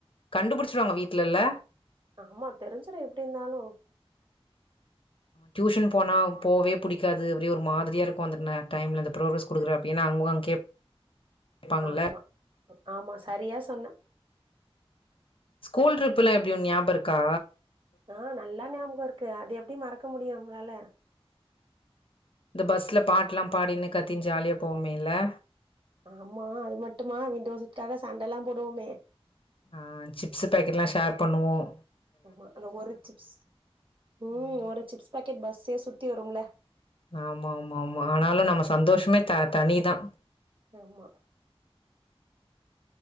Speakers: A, on the left; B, on the right.
A: கண்டுபிடிச்சிருவாங்க வீட்டுலல்ல
B: ஆமா தெரிஞ்சுரும் எப்டி இருந்தாலும்
A: டியூஷன் போனால போகவே பிடிக்காது அப்டியே மாரிய இருக்கும் அந்த டைமில் அந்த ப்ரோக்ரஸ் கொடுக்குறே அப்டின்னா அங்கேங்கக அங்கேட கேப்பாங்கல
B: ஆமா. ஆமா சரியா சொன்ன
A: ஸ்கூல் ட்ரிப்பில் எப்படி ஞாபகம்க்கா
B: ஆ நல்லா ஞாபகம் இரு அது எப்படி மறக்க முடியும் நம்ளால
A: இந்த பஸ்ல பாட்டு எல்லாம் பாடின்னு கத்தின்னு ஜாலியா போமே இல்ல
B: ஆமா அது மட்டுமா விண்டோசட்டு்காக சண்டைல்லாம் போடுவோமே
A: ஆஹ் சிப்ஸு பேக்கெட் எல்லாம் ஷேர் பண்ணுவோம்
B: ஆமா அந்த ஒரு சிப்ஸ் உம்
A: ம்
B: ஒரு சிப்ஸ் பாக்கெட் பஸே சுத்தும் சுத்தி வரும்ல
A: ஆமா ஆமா ஆமா ஆனாலும் நம்ம சந்தோஷமே த தனிதான்
B: ஆமா